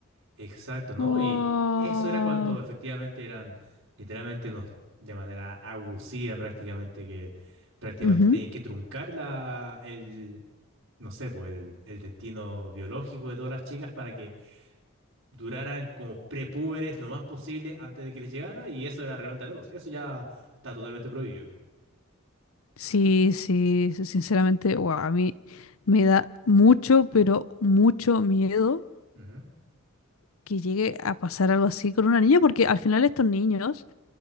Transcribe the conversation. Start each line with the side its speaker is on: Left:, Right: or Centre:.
Right: Exacto, ¿no?
Left: Wow.
Right: Y eso era cuando efectivamente eran literalmente unos, de manera abusiva prácticamente, que prácticamente
Left: Ujú.
Right: tenían que truncar la, el, no sé, pues el, el destino biológico de todas las chicas para que duraran como prepúberes lo más posible antes de que les llegara y eso era realmente atroz. Eso ya está totalmente prohibido.
Left: Sí, sí, sí, sinceramente, wow, a mí me da mucho, pero mucho miedo
Right: Ujú,
Left: que llegue a pasar algo así con una niña, porque al final estos niños,